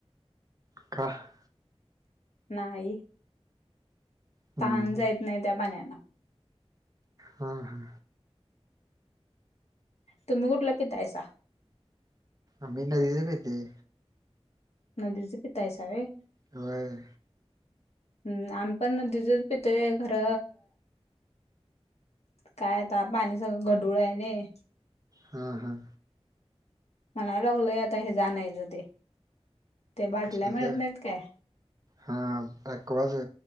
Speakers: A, on the right (about 35°); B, on the left (about 75°).
A: काहा! !
B: नाही
A: हम्म
B: तहान जायत नाही त्या पाण्याना.
A: हा. हा..
B: तुम्ही कुठलं पितायसा.
A: आमी नदीच पितंय.
B: नदीचं पी तयसा व्हय.
A: व्हय..
B: हम्म आम्ही पण नदीच पितोय खर.. काय आता पाणी सगळं गडूळ आहे न...
A: हा. हा...
B: म्हणायलागल आता हे जाणच ते. ते बाटल्या
A: कशाच
B: मिळत नाहीत काय?
A: हा ॲक्वाच